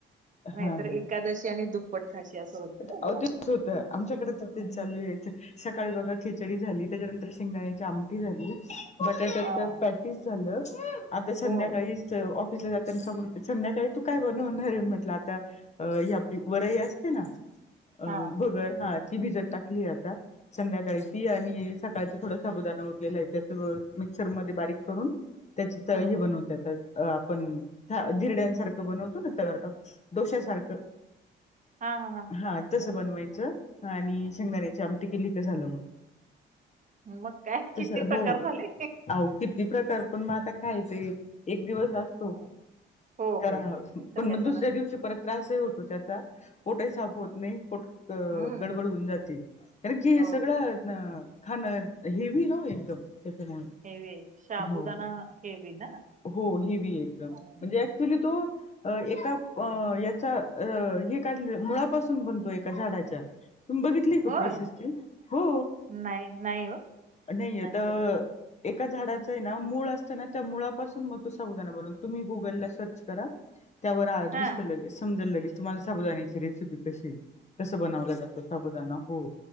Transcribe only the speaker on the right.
नाहीतर
एकादशी आणि दुप्पट खाशी असं होत...
हृ...
हा
ओ
हा
ह
हा.. हा.. हा..
मग काय..
किती प्रकार
झाले.
हम्म. हो
हो
हो ते
तर ह्याच
हम्म
हो
हो
हेवे शाबुदाना
हेवी ना
हम्म.
होय
नाही नाही हो
नाही बोलली
हा